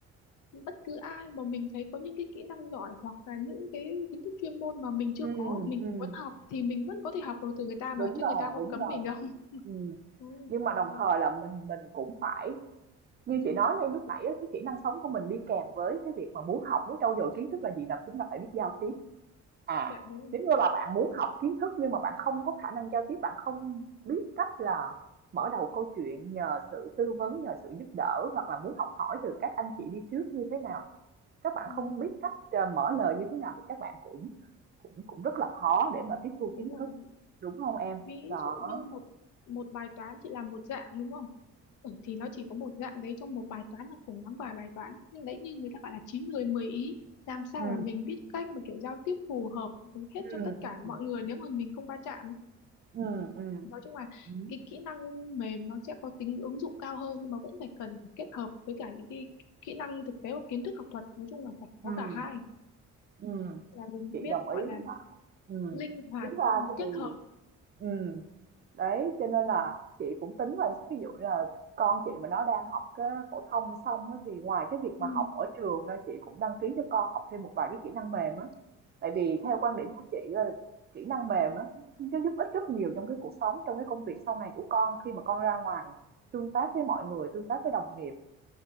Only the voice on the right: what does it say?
ừm,
ừm,
đúng
rồi,
đúng
rồi,
ừm.
Nhưng mà đồng
thời là mình mình cũng phải như chị nói ngay lúc nãy á, cái kỹ năng sống của mình đi kèm với cái việc mà muốn học, muốn trau dồi kiến thức là gì? Là chúng ta phải biết giao tiếp. À,
nếu như là bạn muốn học kiến thức nhưng mà bạn không có khả năng giao tiếp, bạn không biết cách là mở đầu câu chuyện nhờ sự tư vấn, nhờ sự giúp đỡ hoặc là muốn học hỏi từ các anh chị đi trước như thế nào, các bạn
không biết cách ờ, mở lời như thế nào thì các bạn cũng cũng cũng rất là khó để mà tiếp thu
kiến
thức, đúng không em?
Đó.
Ừ,
ừ,
ừ,
ừ, ừ,
ừ,
ừ,
ừ.
Chị
đồng
ý với
bạn. Ừ.
Tính ra
thì
ừ. Đấy, cho nên là chị cũng tính là ví dụ như là con chị mà nó đang học cái phổ thông xong á, thì ngoài cái việc
mà học ở trường ra chị cũng đăng ký cho con học thêm một vài cái kỹ năng mềm á. Tại vì
theo quan điểm của chị là kỹ năng mềm á nó giúp ích rất nhiều trong cái cuộc sống, trong cái công việc sau này của con khi mà con ra ngoài tương tác với mọi người, tương tác với đồng nghiệp.